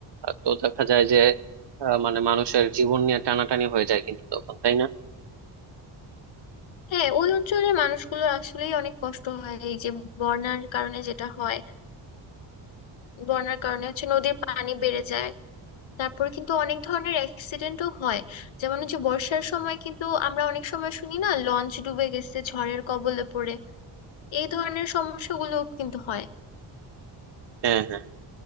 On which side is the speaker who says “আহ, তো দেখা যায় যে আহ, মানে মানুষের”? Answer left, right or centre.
Right